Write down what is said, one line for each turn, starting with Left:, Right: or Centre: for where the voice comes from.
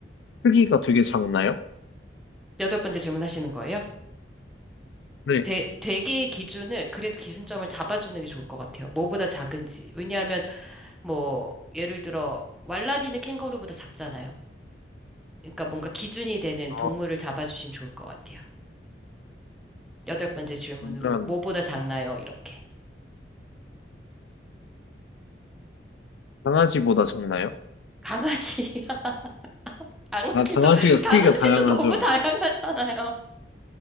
Left: 크기가 되게 작나요?
Centre: 여덟 번째 질문하시는 거예요?
Left: 네.
Centre: 되, 되게의 기준을, 그래도 기준점을 잡아주는 게 좋을 것 같아요. 뭐보다 작은지. 왜냐하면 뭐 예를 들어 왈라비는 캥거루보다 작잖아요. 그러니까 뭔가 기준이 되는
Left: 아,
Centre: 동물을 잡아주시면 좋을 것 같아요. 여덟 번째 질문으로
Left: 그러면
Centre: 뭐보다 작나요? 이렇게.
Left: 강아지보다 작나요?
Centre: 강아지. <laughs> 강아지도
Left: 아, 강아지가
Centre: 강아지도
Left: 크기가 다양하죠.
Centre: 너무 다양하잖아요.